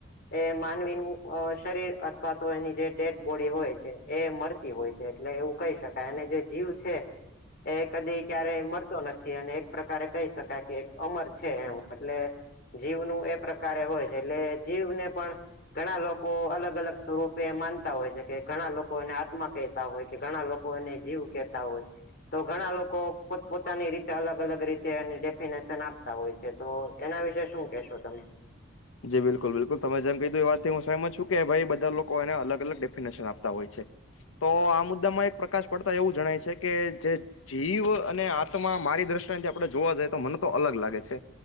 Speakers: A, on the left; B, on the left.
A: એ માનવીનું અ શરીર અથવા તો એની જે ડેડ બોડી હોય છે. એ મળતી હોય છે એટલે એવું કહી શકાય અને જે જીવ છે. એ કદી ક્યારેય મરતો નથી અને પ્રકારે કહી શકાય કે એક અમર છે એમ એટલે જીવનું એ પ્રકારે હોય છે એટલે જીવને પણ ઘણા લોકો અલગ અલગ સ્વરૂપે માનતા હોય છે કે ઘણા લોકો એને આત્મા કહેતા હોય કે ઘણા લોકો ને જીવ કેતા હોય તો ઘણા લોકો પોત પોતાની રીતે અલગ અલગ અલગ રીતે એની ડેફિનેશન આપતા હોય છે તો એના વિશે શું કેશો તમે
B: જી બિલકુલ બિલકુલ તમ જેમ કધું એ વાત હું સમજ છું કે ભાઈ બધા લોકો એને અલગ અલગ ડેફિનેશન આપતા હોય છે. તો આ મુદ્દામાં એક પ્રકાશ પડતા એવું જણાય છે કે જે જીવ અને આત્મા મારી દ્રષ્ટિને જે આપણે જોવા જઈએ તો મને તો અલગ લાગે છે.